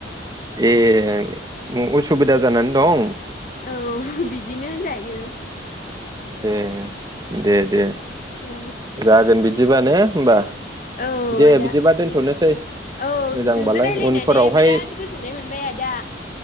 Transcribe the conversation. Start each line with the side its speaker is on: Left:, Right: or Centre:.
Right: ए उसुबिदा जानानै दं
Left: औ बिदिनो होनजायो
Right: दे- दे - दे
Left: औ
Right: जागोन बिदिबा ने होमबा
Left: औ
Right: दे
Left: आदा
Right: बिदिबा दोनथ'नोसै
Left: औ
Right: मोजांबालाय
Left: नोंजों रायलायनानै
Right: उनफोरावहाय
Left: बिराद गोजोननाय मोनबाय आदा